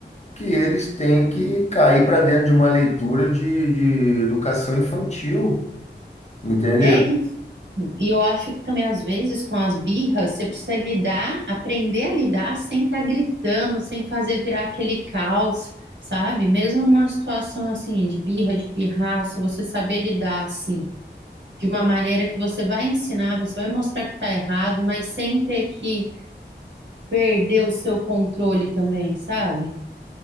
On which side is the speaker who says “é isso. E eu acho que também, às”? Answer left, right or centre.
Right